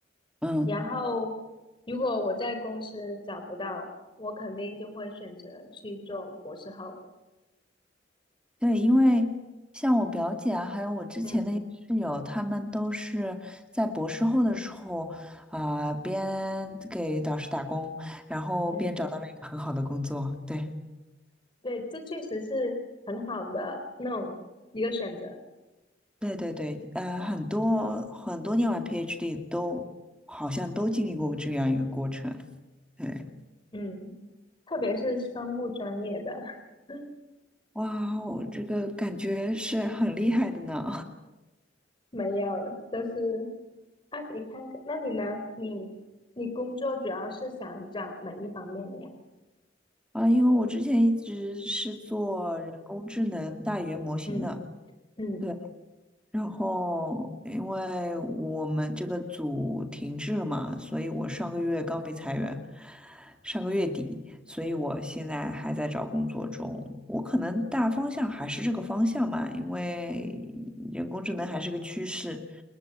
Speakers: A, in the centre; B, on the left.
A: 嗯，
B: 然后如果我在公司找不到，我肯定就会选择去做博士后。
A: 对，因为像我表姐啊，还有我之前的一个室友，
B: 嗯
A: 他们都是在博士后的时候啊、边给导师打工，然后边找到了一个很好的工作。
B: 嗯，
A: 对，
B: 对，这确实是很好的那种一个选择。
A: 对对对，呃，很多很多念完 PhD 都好像都经历过这样一个过程。对，
B: 嗯，特别是生物专业的。<laughs>
A: 哇，我这个感觉是很厉害的呢。
B: 没有，就是啊，你看看，那你呢？你你工作主要是想找哪一方面的呀？
A: <laughs> 啊，因为我之前一直是做人工智能大语言模型的。
B: 嗯嗯
A: 对。然后因为我们这个组停滞了嘛，所以我上个月刚被裁员，上个月底，所以我现在还在找工作中。我可能大方向还是这个方向嘛，因为人工智能还是个趋势，